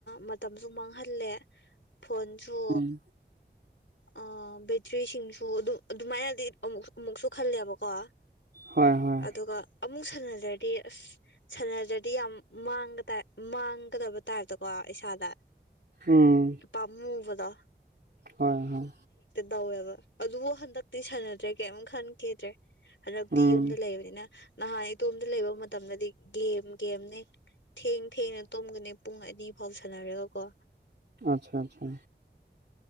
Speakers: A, on the left; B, on the right.
A: ꯃꯇꯝꯁꯨ ꯃꯥꯡꯍ ꯜꯂꯦ ꯐꯣꯟꯣꯟꯁꯨ
B: ꯎꯝ
A: ꯑ ꯕꯦꯇ꯭ꯔꯤꯁꯤꯡꯁꯨ ꯑꯗꯨꯝ ꯑꯗꯨꯃꯥꯏꯅꯗꯤ ꯑꯃꯨ ꯑꯃꯨꯛꯁꯨ ꯈꯜꯂꯦꯕꯀꯣ
B: ꯍꯣꯏ ꯍꯣꯏ
A: ꯑꯗꯨꯒ ꯑꯃꯨꯛ ꯁꯥꯟꯅꯖ꯭ꯔꯗꯤ ꯑꯁ ꯁꯥꯟꯅꯖ꯭ꯔꯗꯤ ꯌꯥꯝ ꯃꯥꯡꯒ ꯇꯥꯏ ꯃꯥꯡꯒꯗꯕ ꯇꯥꯏꯞꯇꯀꯣ ꯄꯩꯁꯥꯗ
B: ꯎꯝ
A: ꯏ ꯄꯝꯃꯨꯕꯗꯣ
B: ꯍꯣꯏ ꯍꯣꯏ
A: ꯇꯧꯋꯦꯕ ꯑꯗꯨꯕꯨ ꯍꯟꯗꯛꯇꯤ ꯁꯥꯟꯅꯗ꯭ꯔꯦ ꯀꯩꯝ ꯈꯟꯈꯤꯦꯗ꯭ꯔꯦ ꯍꯟꯗꯛꯇꯤ
B: ꯎꯝ
A: ꯌꯨꯝꯗ ꯂꯩꯕꯅꯤꯅ ꯅꯍꯥꯟ ꯏꯇꯣꯝꯗ ꯂꯩꯕ ꯃꯇꯝꯗꯗꯤ ꯒꯦꯝ ꯒꯦꯝꯅꯤ ꯊꯦꯡ ꯊꯦꯡꯅ ꯇꯨꯝꯒꯅꯤ ꯄꯨꯡ ꯑꯅꯤ ꯐꯥꯎ ꯁꯥꯟꯅꯔꯒꯀꯣ
B: ꯑꯆꯥ ꯑꯆꯥ